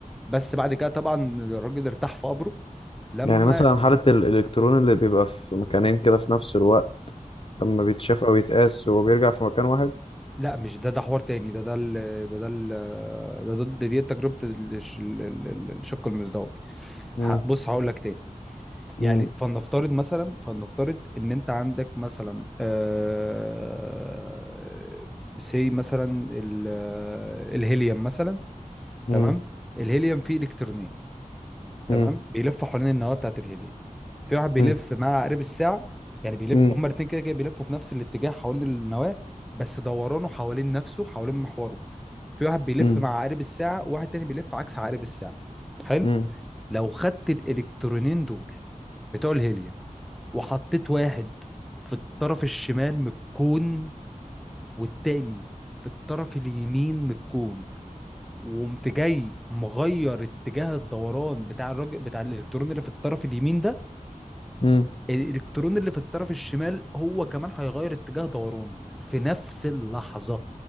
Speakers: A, in the centre; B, on the left.
A: بس بعد كده طبعا الراجل ارتاح في قبره لما
B: يعني مثلا حالة ال- الإلكترون اللي بيبقى في مكانين كده في نفس الوقت لما بيتشاف أو يتقاس هو بيرجع في مكان واحد
A: لا مش ده ده حوار تاني ده ده ال... ده ده ال... ده ده ده- دي تجربة الش- ال- ال- ال- الشق المزدوج
B: مم.
A: ه- بص هقول لك تاني
B: مم.
A: يعني فلنفترض مثلا فلنفترض ان انت عندك مثلا آه... سي مثلا ال... الهيليوم مثلا
B: مم.
A: تمام الهيليوم فيه الكترونين تمام
B: مم.
A: بيلفوا حوالين النواه بتاعت الهيليوم في واحد بيلف
B: مم.
A: مع عقارب الساعه يعني بيلف
B: مم.
A: هما الاثنين كده كده بيلفوا في نفس الاتجاه حوالين النواه بس دورانه حوالين نفسه حوالين محوره في واحد بيلف
B: مم.
A: مع عقارب الساعه وواحد تاني بيلف عكس عقارب الساعه حلو
B: مم.
A: لو خدت الالكترونين دول بتوع الهيليوم وحطيت واحد في الطرف الشمال من الكون والتاني في الطرف اليمين من الكون وقمت جاي مغير اتجاه الدوران بتاع الراجل بتاع الالكترون اللي في الطرف اليمين ده
B: مم.
A: الالكترون اللي في الطرف الشمال هو كمان هيغير اتجاه دورانه في نفس اللحظة